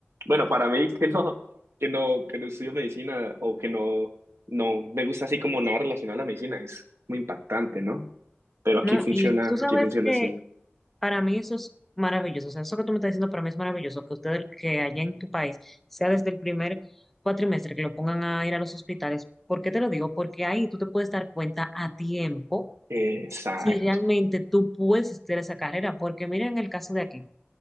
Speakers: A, on the right; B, in the centre.
A: Bueno, para mí que no, que no, que no estudio medicina o que no, no me gusta así como nada relacionado a la medicina, es muy impactante, ¿no? Pero aquí
B: No,
A: funciona,
B: y tú sabes
A: aquí funciona
B: que
A: así.
B: para mí eso es maravilloso. O sea, eso que tú me estás diciendo para mí es maravilloso, que ustedes, que allá en tu país, sea desde el primer cuatrimestre que lo pongan a ir a los hospitales. ¿Por qué te lo digo? Porque ahí tú te puedes dar cuenta a tiempo
A: Exacto,
B: si realmente tú puedes hacer esa carrera. Porque mira en el caso de aquí.